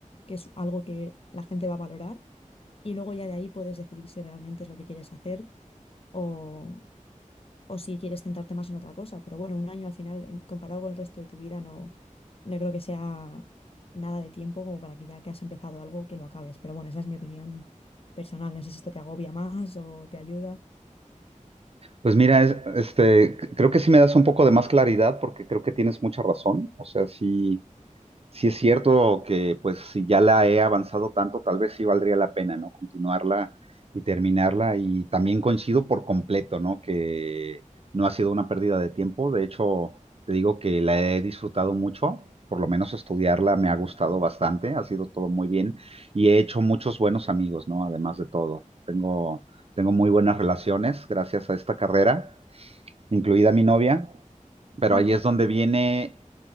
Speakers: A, on the left; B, on the right.
A: que es algo que la gente va a valorar y luego ya de ahí puedes decidir si realmente es lo que quieres hacer o, o si quieres centrarte más en otra cosa. Pero bueno, un año al final, en- comparado con el resto de tu vida, no, no creo que sea nada de tiempo como para que ya que has empezado algo, que lo acabes. Pero bueno, esa es mi opinión personal. No sé si esto te agobia más o te ayuda.
B: Pues mira, es- este, c- creo que sí me das un poco de más claridad porque creo que tienes mucha razón. O sea, sí. Sí es cierto que pues si ya la he avanzado tanto, tal vez sí valdría la pena, ¿no? Continuarla y terminarla. Y también coincido por completo, ¿no? Que no ha sido una pérdida de tiempo. De hecho, te digo que la he disfrutado mucho. Por lo menos estudiarla me ha gustado bastante. Ha sido todo muy bien. Y he hecho muchos buenos amigos, ¿no? Además de todo. Tengo, tengo muy buenas relaciones gracias a esta carrera, incluida mi novia. Pero
A: <laughs>
B: ahí es donde viene